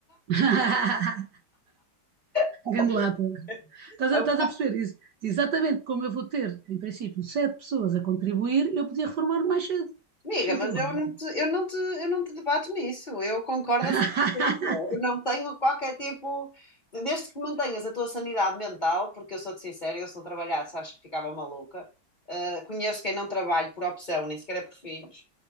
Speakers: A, on the right; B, on the left.
A: <laughs>
B: <laughs>
A: Gandelada. Estás
B: É
A: a,
B: um
A: estás
B: bocado
A: a perceber isso? Exatamente como eu vou ter, em princípio, sete pessoas a contribuir, eu podia reformar mais cedo.
B: Amiga,
A: Isto não
B: mas
A: tem lógica.
B: eu não te, eu não te, eu não te debato nisso. Eu concordo
A: <laughs>
B: a 100%. Eu não tenho qualquer tipo. Desde que mantenhas a tua sanidade mental, porque eu sou-te sincera, eu se não trabalhasse acho que ficava maluca. Uh, conheço quem não trabalha por opção, nem sequer é por filhos,